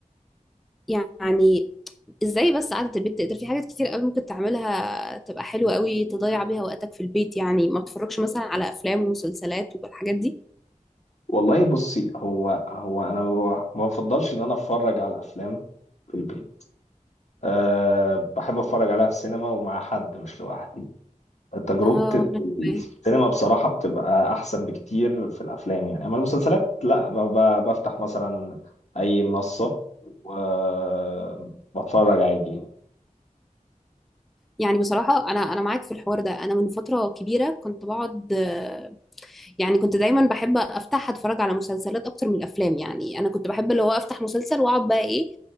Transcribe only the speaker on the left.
والله بصي هو هو انا ما ما بفضلش ان انا اتفرج على الافلام في البيت أه بحب اتفرج عليها في السينما ومع حد مش لوحدي تجربة
السينما بصراحة بتبقى أحسن بكتير في الأفلام يعني أما المسلسلات لا ب- ب- بفتح مثلا أي منصة وبتفرج عادي يعني.